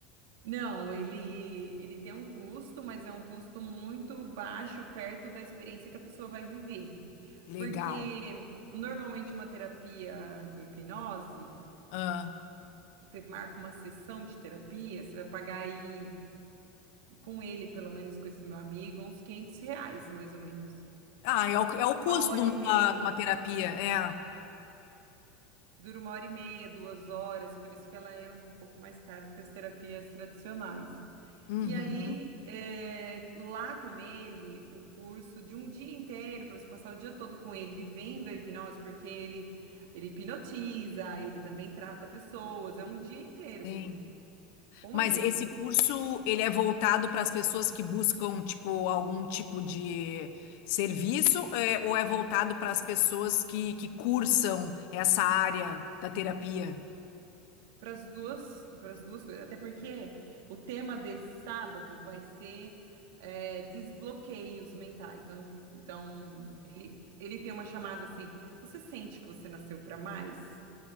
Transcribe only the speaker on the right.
Não, ele ele tem um custo, mas é um custo muito baixo perto da experiência que a pessoa vai viver.
Porque normalmente uma terapia com hipnose,
você marca uma sessão de terapia, você vai pagar aí com ele, pelo menos com esse meu amigo, uns 500 reais, mais ou menos.
Uma hora
e meia
Dura uma hora e meia, duas horas, por isso que ela é um pouco mais cara do que as terapias tradicionais.
E aí, é, lá com ele, o curso de um dia inteiro, para você passar o dia todo com ele, vivendo a hipnose, porque ele, ele hipnotiza, ele também trata pessoas, é um dia inteiro
com
ele.
Para as duas, para as duas coisas. Até porque o tema desse sábado vai ser é, desbloqueios mentais. Então, então ele, ele tem uma chamada assim: você sente que você nasceu para mais?